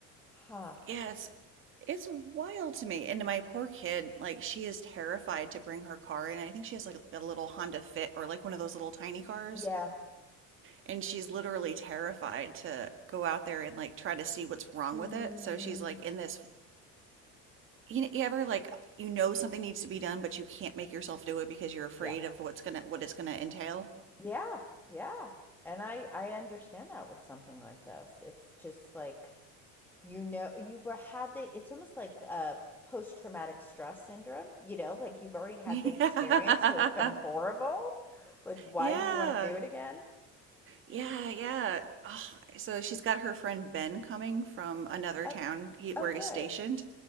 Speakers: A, in the centre; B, on the right.
A: Huh.
B: Yeah, it's it's wild to me. And my poor kid, like she is terrified to bring her car in. I think she has like a little Honda Fit or like one of those little tiny cars.
A: Yeah.
B: And she's literally terrified to go out there and like try to see what's wrong
A: Mm,
B: with it. So she's like in this you, know, you ever like you know something needs to be done but you can't make yourself do it because you're afraid
A: yeah.
B: of what's gonna what it's gonna entail
A: Yeah. Yeah. And I I understand that with something like this. It's just like You know, you've had the it's almost like a post-traumatic stress syndrome, you know, like you've already had
B: <laughs> yeah
A: the experience where it's been horrible. Like, why
B: yeah
A: do you want to do it again?
B: Yeah, yeah. Oh, so she's got her friend Ben coming from another
A: Oh,
B: town he, where
A: oh,
B: he's
A: good.
B: stationed,